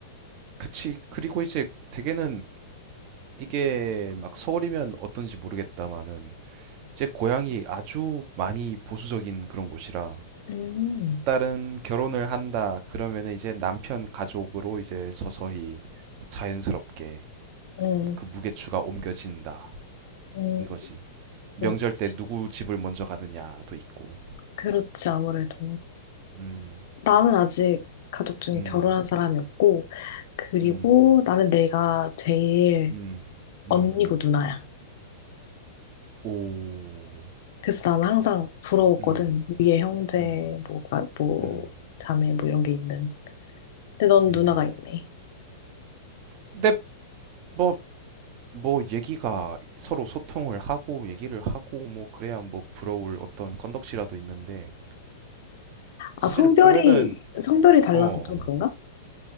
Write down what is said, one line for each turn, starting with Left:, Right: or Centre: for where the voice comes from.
Right: 그치. 그리고 이제 대개는 이게 막 서울이면 어떤지 모르겠다마는 제 고향이 아주 많이 보수적인 그런 곳이라
Left: 음,
Right: 일단은 결혼을 한다 그러면은 이제 남편 가족으로 이제 서서히 자연스럽게
Left: 음
Right: 그 무게추가 옮겨진다
Left: 음
Right: 인 거지. 명절
Left: 그렇지.
Right: 때 누구 집을 먼저 가느냐도 있고.
Left: 그렇지, 아무래도.
Right: 음,
Left: 나는 아직 가족 중에
Right: 음,
Left: 결혼한 사람이 없고, 그리고
Right: 음,
Left: 나는 내가 제일
Right: 음, 음,
Left: 언니고 누나야.
Right: 오,
Left: 그래서 나는 항상 부러웠거든.
Right: 음,
Left: 위에 형제,
Right: 음,
Left: 뭐, 아, 뭐,
Right: 음,
Left: 자매, 뭐 이런 게 있는. 근데 넌
Right: 음.
Left: 누나가 있네.
Right: 근데 뭐 뭐 얘기가 서로 소통을 하고 얘기를 하고 뭐 그래야 뭐 부러울 어떤 건덕지라도 있는데 사실
Left: 아, 성별이,
Right: 보면은
Left: 성별이 달라서
Right: 어
Left: 좀 그런가?